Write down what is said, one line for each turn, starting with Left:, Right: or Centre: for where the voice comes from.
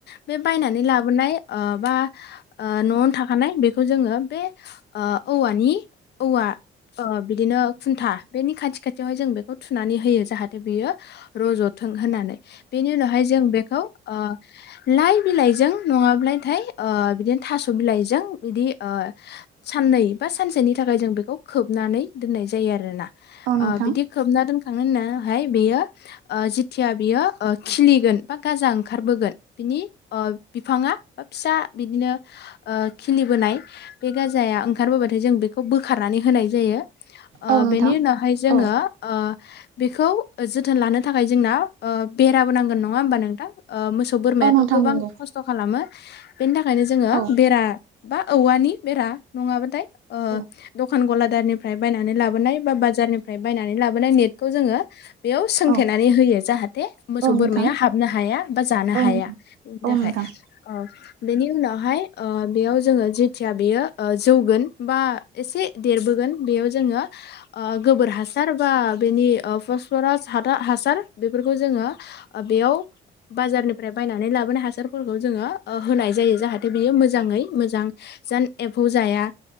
Left: बे बायनानै लाबोनाय ओ बा न'आवनो थाखानाय बेखौ जोङो बे ओ औवानि औवा ओ बिदिनो खुन्था बेनि खाथि खाथियावहाय जों बेखौ थुनानै होयो जाहाथे बियो रज' थों होननानै बेनि उनावहाय जों बेखौ ओ लाइ बिलाइजों नङाब्लाथाय ओ बिदिनो थास' बिलाइजों बिदि साननै बा सानसेनि थाखाय जों बेखौ खोबनानै दोननाय जायो आरोना
Right: औ नोंथां
Left: ओ बिदि खोबना दोन थांनो होननाहाय बेयो जिथिया बियो खिलिगोन बा गाजा ओंखारबोगोन बिनि ओ बिफाङा बा फिसा बिदिनो ओ खिलिबोनाय बे गाजा नाया ओंखारबोबाथाय जों बेखौ बोखारनानै होनाय जायो ओ
Right: औ नोंथां
Left: बेनि उनावहाय जोङो
Right: औ
Left: ओ बेखौ जोथोन लानो थाखाय जोंना ओ बेराबो नांगोन नङा होमबा नोंथां ओ मोस सौ बोरमायाथ'
Right: औ नोंथां
Left: गोबां
Right: नंगौ
Left: खस्थ' खालामो बेनि थाखायनो जोङो
Right: औ
Left: बेरा बा औवानि बेरा नङाबाथाय
Right: औ
Left: दखान गला दारनिफ्राय बायनानै लाबोनाय बा बाजारनिफ्राय बायनानै लाबोनाय नेटखौ जोङो बेयाव सोंथेनानै
Right: औ
Left: होयो जाहाथे मोसौ
Right: औ नोंथां
Left: बोरमाया हाबनो हाया बा जानो
Right: औ
Left: हा
Right: नोंथां
Left: हाया बेनि
Right: औ
Left: थाखाय
Right: नोंथां
Left: औ बेनि उनावहाय ओ बेयाव जोङो जेथिया बेयो जौगोन बा एसे देरबोगोन बेयाव जोङो ओ गोबोर हासार बा बेनि फसफरास ह हासार बेफोरखौ जोङो बेयाव बाजारनि फ्राय बायनानै लाबोनाय हासारफोरखौ जोङो ओ होनाय जायो जाहाथे बियो मोजाङै मोजां जान ए फौ जाया